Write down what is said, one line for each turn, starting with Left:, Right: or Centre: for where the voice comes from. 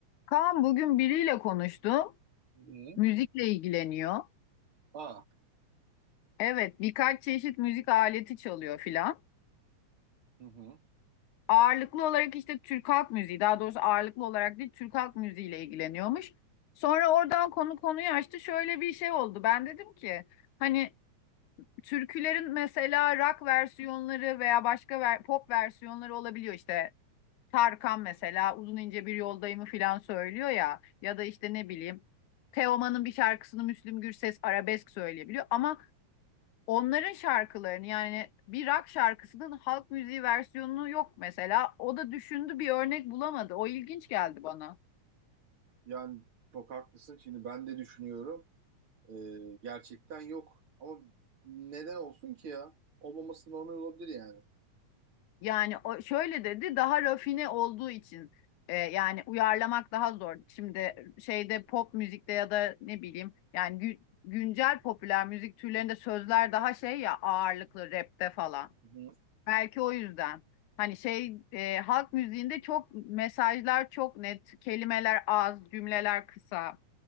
Left: Kaan bugün biriyle konuştum.
Right: Hı hı.
Left: Müzikle ilgileniyor.
Right: Aa.
Left: Evet, birkaç çeşit müzik aleti çalıyor filan.
Right: Hı hı.
Left: Ağırlıklı olarak işte Türk halk müziği, daha doğrusu ağırlıklı olarak değil Türk halk müziğiyle ilgileniyormuş. Sonra oradan konu konuyu açtı. Şöyle bir şey oldu. Ben dedim ki hani türkülerin mesela rock versiyonları veya başka ver- pop versiyonları olabiliyor işte. Tarkan mesela uzun ince bir yoldayımı filan söylüyor ya ya da işte ne bileyim Teoman'ın bir şarkısını Müslüm Gürses arabesk söyleyebiliyor ama onların şarkılarını yani bir rock şarkısının halk müziği versiyonu yok mesela. O da düşündü bir örnek bulamadı. O ilginç geldi bana.
Right: Yani çok haklısın. Şimdi ben de düşünüyorum. Ee, gerçekten yok. Ama neden olsun ki ya? Olmaması normal olabilir yani.
Left: Yani o şöyle dedi daha rafine olduğu için e, yani uyarlamak daha zor. Şimdi şeyde pop müzikte ya da ne bileyim yani gü- güncel popüler müzik türlerinde sözler daha şey ya ağırlıklı rapte falan.
Right: Hı hı.
Left: Belki o yüzden. Hani şey e, halk müziğinde çok mesajlar çok net, kelimeler az, cümleler kısa.